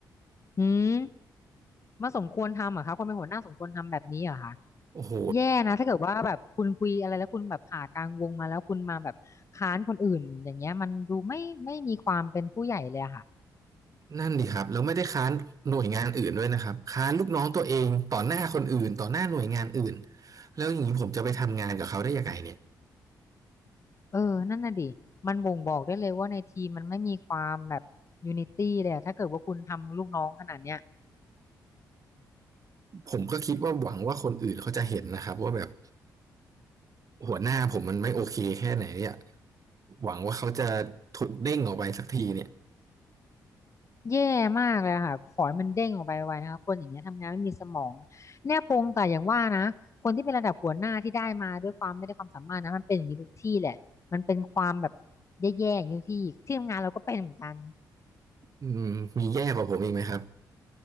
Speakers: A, on the left; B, on the right.
A: อืม มาสมควรทำเหรอคะคนเป็นหัวหน้าสมควรทำแบบนี้เหรอคะ
B: โอ้โห
A: แย่นะถ้าเกิดว่าแบบคุณคุยอะไรแล้วคุณแบบผ่ากลางวงมาแล้วคุณมาแบบค้านคนอื่นอย่างเงี้ยมันดูไม่ไม่มีความเป็นผู้ใหญ่เลยอะค่ะ
B: นั่นดิครับแล้วไม่ได้ค้านหน่วยงานอื่นด้วยนะครับค้านลูกน้องตัวเองต่อหน้าคนอื่นต่อหน้าหน่วยงานอื่นแล้วอย่างนี้ผมจะไปทำงานกับเขาได้ยังไงเนี่ย
A: เออนั่นน่ะดิมันบ่งบอกได้เลยว่าในทีมมันไม่มีความแบบยูนิตี้เลยอะถ้าเกิดว่าคุณทำลูกน้องขนาดเนี้ย
B: ผมก็คิดว่าหวังว่าคนอื่นเขาจะเห็นนะครับว่าแบบหัวหน้าผมมันไม่โอเคแค่ไหนเนี่ยหวังว่าเขาจะถูกเด้งออกไปสักทีเนี่ย
A: แย่มากเลยค่ะขอให้มันเด้งออกไปไวนะคะคนอย่างเงี้ยทำงานไม่มีสมองแน่พงแต่อย่างว่านะคนที่เป็นระดับหัวหน้าที่ได้มาด้วยความไม่ได้ความสามารถนะมันเป็นอย่างนี้ทุกที่แหละมันเป็นความแบบแย่ๆอย่างนี้ทุกที่ที่ทำงานเราก็เป็นเหมือนกัน
B: อืมมีแย่กว่าผมอีกไหมครับ